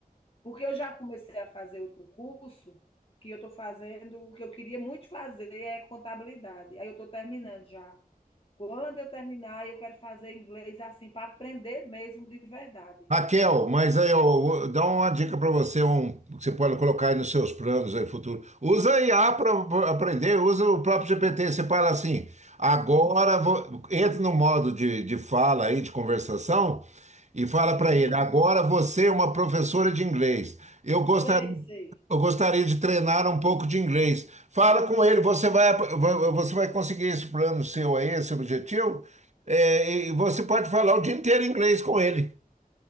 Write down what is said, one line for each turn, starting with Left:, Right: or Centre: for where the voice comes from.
Left: Porque eu já comecei a fazer outro curso, que eu estou fazendo, o que eu queria muito fazer é contabilidade. Aí eu estou terminando já. Quando eu terminar, eu quero fazer inglês assim, para aprender mesmo de verdade.
Right: Raquel,
Left: Porque,
Right: mas aí eu dá uma dica para você, um, que você pode colocar aí nos seus planos aí futuro. Usa a IA para aprender, usa o próprio GPT. Você fala assim, agora vo- entra no modo de, de fala aí, de conversação, e
Left: sim,
Right: fala para ele, agora você é uma professora de inglês. Eu gostaria,
Left: sei, sei,
Right: eu gostaria de treinar um pouco de inglês. Fala com ele, você vai, ap- va- você vai conseguir esse plano seu aí, esse objetivo, é, e você pode falar o dia inteiro inglês com ele.